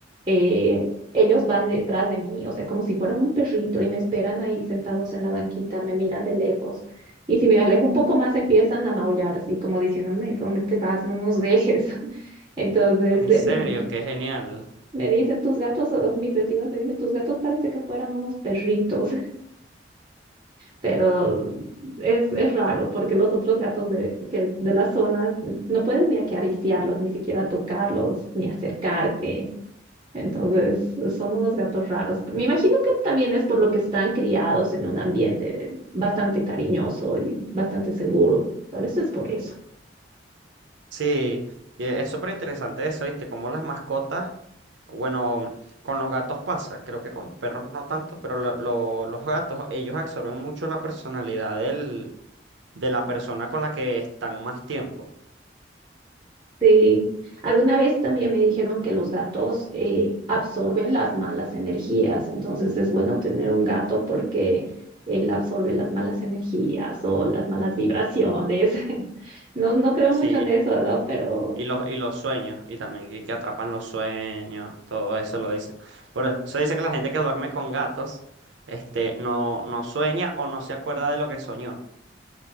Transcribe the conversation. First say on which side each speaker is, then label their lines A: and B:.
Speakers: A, on the right; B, on the right.
A: eh, ellos van detrás de mí, o sea, como si fueran un perrito y me esperan ahí sentados en la banquita, me miran de lejos y si me alejo un poco más empiezan a maullar, así como diciéndome, ¿dónde te vas? No nos dejes. <laughs> Entonces,
B: En
A: eh,
B: serio,
A: me-
B: qué genial.
A: me dicen tus gatos, o mis vecinos me dicen tus gatos parece que fueran unos perritos, <laughs> pero es, es raro porque los otros gatos de, que, de la zona no puedes ni acariciarlos, ni siquiera tocarlos, ni acercarte. Entonces son unos gatos raros. Me imagino que también es por lo que están criados en un ambiente bastante cariñoso y bastante seguro. Tal vez es por eso.
B: Sí, y e- es súper interesante eso, ¿viste? Como las mascotas, bueno, con los gatos pasa, creo que con los perros no tanto, pero lo- lo- los gatos, ellos absorben mucho la personalidad del, de la persona con la que están más tiempo.
A: Sí. Alguna vez también me dijeron que los gatos eh, absorben las malas energías, entonces es bueno tener un gato porque él absorbe las malas energías o las malas vibraciones. <laughs> No, no creo
B: Sí,
A: mucho en eso, ¿no? Pero,
B: y los, y los sueños, y también que, que atrapan los sueños, todo eso lo dicen. Por eso dice que la gente que duerme con gatos, este, no, no sueña o no se acuerda de lo que soñó.